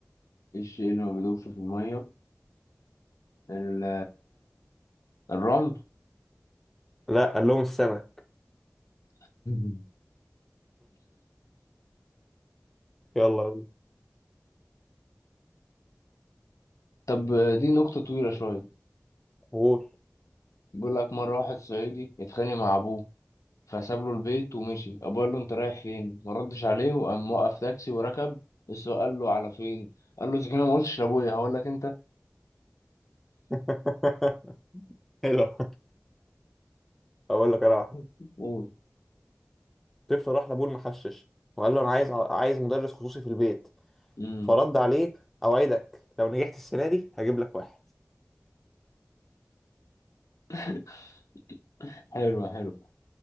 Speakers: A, on the left (about 85°); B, in the centre.
A: ايه الشيء اللي ما بيدوبش في الميه ال- الرمل
B: لا قال لهم السمك
A: <laughs>
B: <laughs> يلا
A: طب دي نقطة طويلة شوية
B: قول
A: بيقول لك مرة واحد صعيدي اتخانق مع أبوه فساب له البيت ومشي أبوه قال له أنت رايح فين؟ ما ردش عليه وقام وقف تاكسي وركب السواق قال له على فين؟ قال له إذا كان أنا ما قلتش لأبويا هقول لك أنت
B: <laughs> حلو هقول لك انا واحدة
A: <laughs> قول
B: طفل راح لابوه المحشش وقال له انا عايز عايز مدرس خصوصي في البيت
A: مم.
B: فرد عليه اوعدك لو نجحت السنه دي هجيب لك واحد
A: <laughs> حلو حلو